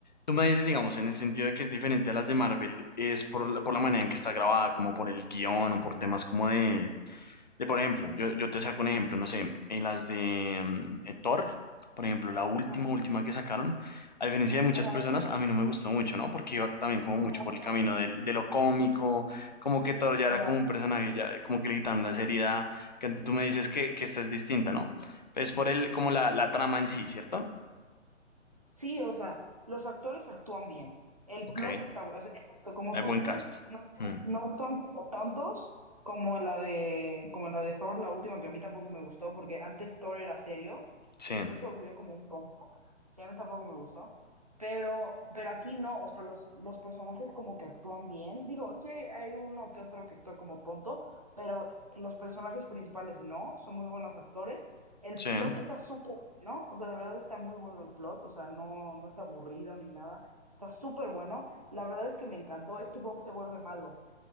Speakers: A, on the left; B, on the right.
A: tú me dices, digamos, en el sentido de que es diferente a las de Marvel, es por, la- por la manera en que está grabada, como por el guión o por temas como de, De, por ejemplo, yo, yo te saco un ejemplo, no sé, en las de mm, eh, Thor, por ejemplo, la última,
B: Ajá,
A: última que sacaron, a diferencia de muchas
B: ajá.
A: personas, a mí no me gustó mucho, ¿no? Porque iba también como
B: No,
A: mucho
B: a
A: por
B: mí
A: el
B: tampoco.
A: camino del- de, lo cómico, como que Thor ya
B: Ajá.
A: era como un personaje, ya como que le quitaron la seriedad, que tú me dices que, que esta es distinta, ¿no? Pero es por el, como la, la trama en sí, ¿cierto?
B: Sí, o sea, los actores actúan bien. El
A: Ok,
B: plot está bueno. o sea, exacto, como
A: hay
B: tú
A: buen
B: dices,
A: cast.
B: no actúan,
A: Mm,
B: no actúan como tantos como en la de, como en la de Thor, la última que a mí tampoco me gustó, porque antes Thor era serio
A: sí,
B: y después se volvió como un tonto. Sí, a mí tampoco me gustó. Pero, pero aquí no, o sea, los, los personajes como que actúan bien. Digo, sí hay, hay uno que otro que actúa como tonto, pero los personajes principales no, son muy buenos actores el
A: sí,
B: plot está súper bueno, o sea, de verdad está muy bueno el plot, o sea, no, no es aburrido ni nada, está súper bueno. La verdad es que me encantó, es que Bob se vuelve malo,